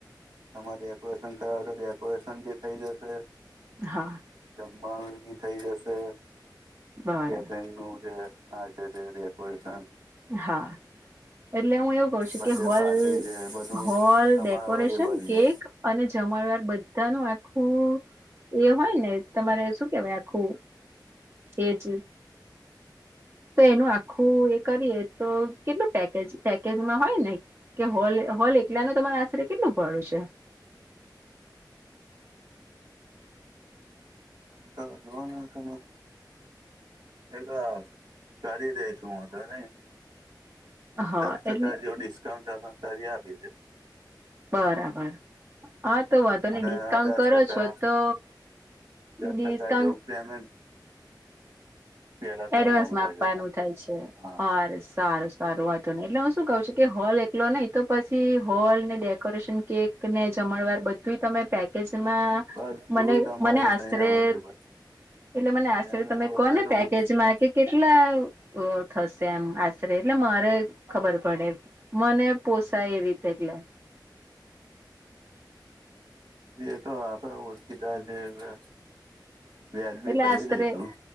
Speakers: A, on the right (about 70°); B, on the right (about 35°).
A: તમામે ડેકોરેશન કરાવ તો ડેકોરેશન ભી થઇ જશે.
B: હા.
A: જમવાનું બી થઇ જશે
B: બરાબર
A: કેટરિંગ નું છે. હા તે છે ડેકોરેશન.
B: હા- એટલે હું એવું કઉ છું
A: બર્થડે
B: કે હોલ,
A: પાર્ટી છે બધું
B: હોલ,
A: તમારે
B: ડેકોરેશન,
A: અવેલેબલ
B: કેક
A: છે
B: અને જમણવાર બધાનું આખું એ હોય ને તમારે શું કેવાય આખું એજ. તો એનું આખું એ કરીએ તો કેટલું પેકેજ પેકેજમાં હોય ને. કે હોલ હોલ એકલા ન તમારે આશરે કેટલું ભાડું છે.
A: તો રો ને તમે, એક, કરી દઈશું વાંધો નહીં.
B: હા
A: દસ ટકા
B: એટલે
A: જેવું ડિસ્કાઉન્ટ આમા કરી આપીસ.
B: બરાબર. હા તો વાંધો નઇ
A: અને
B: ડિસ્કાઉન્ટ
A: દસ
B: કરો
A: ટકા
B: છો તો
A: દસ
B: ડિસ્કાઉન્ટ
A: ટકા જેવું પેમેન્ટ પેલા કરવાનું
B: એડવાન્સ મા
A: હોય
B: આપવાનું
A: છે તમારે
B: થાય છે
A: હા
B: અરે સારું સારું વાંધો નહીં એટલે હું શું કઉ છું કે હોલ એકલો નહી તો પછી હોલ ને ડેકોરેશન કેક ને જમણવાર બધુય તમે પેકેજમાં
A: બધું
B: મને
A: જ અમારે
B: મને
A: અહીં
B: આશરે
A: અવેલેબલ
B: એટલે મને આશરે
A: એનું
B: તમે
A: એવું
B: કોને
A: હશે તો
B: પેકેજમાં
A: હું તમને
B: કે કેટલા થશે આમ આશરે એટલે મારે ખબર પડે મને પોસાય એવી રીતે એટલે
A: એ તો આપણે ઓળખીતા જે હોય, વ્યાજબી
B: એટલે
A: કરી
B: આશરે
A: દઈશું.